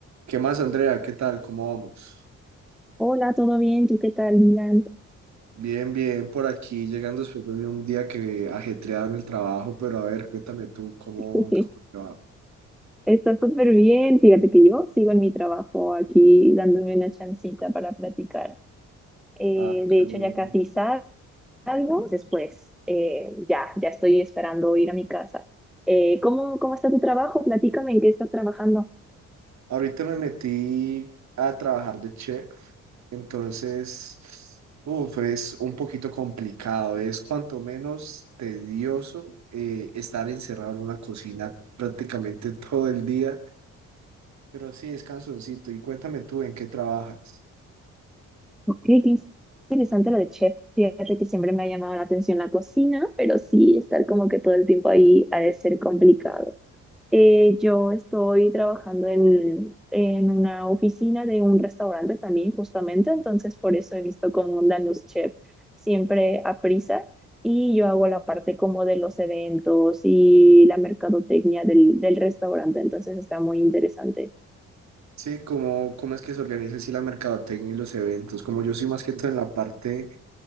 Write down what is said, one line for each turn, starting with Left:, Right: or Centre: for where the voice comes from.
Right: ¿Qué más, Andrea? ¿Qué tal? ¿Cómo vamos?
Centre: Hola, ¿todo bien? ¿Tú qué tal, Dylan?
Right: Bien, bien, por aquí, llegando después de un día que ajetreado en el trabajo, pero a ver, cuéntame tú, ¿cómo,
Centre: <laughs>
Right: cómo te va?
Centre: Está súper bien. Fíjate que yo sigo en mi trabajo aquí dándome una chancita para platicar. Eh,
Right: Ah, qué
Centre: de hecho,
Right: bueno.
Centre: ya casi salgo. Después, eh, ya, ya estoy esperando ir a mi casa. Eh, ¿cómo, cómo está tu trabajo? Platícame en qué estás trabajando.
Right: Ahorita me metí a trabajar de chef, entonces, uf, es un poquito complicado, es cuanto menos tedioso eh, estar encerrado en una cocina prácticamente <laughs> todo el día, pero sí, es cansoncito. Y cuéntame tú, ¿en qué trabajas?
Centre: Ok, qué interesante lo de chef. Fíjate que siempre me ha llamado la atención la cocina, pero sí, estar como que todo el tiempo ahí ha de ser complicado. Eh, yo estoy trabajando en, en una oficina de un restaurante también, justamente, entonces por eso he visto cómo andan los chefs siempre a prisa y yo hago la parte como de los eventos y la mercadotecnia del, del restaurante, entonces está muy interesante.
Right: Sí, cómo, cómo es que se organiza así la mercadotecnia y los eventos. Como yo soy más que todo en la parte,